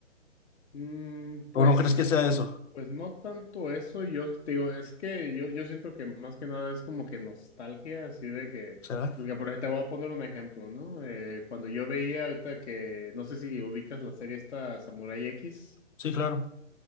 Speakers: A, on the left (about 65°); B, on the left (about 85°).
A: mm, pues,
B: ¿O no crees
A: no,
B: que sea eso?
A: pues no tanto eso. Yo te digo, es que yo, yo siento que más que nada es como que nostalgia, así de que,
B: ¿Será?
A: porque por ejemplo, te voy a poner un ejemplo, ¿no? Eh, cuando yo veía ahorita que, no sé si ubicas la serie esta Samurai X.
B: Sí, claro.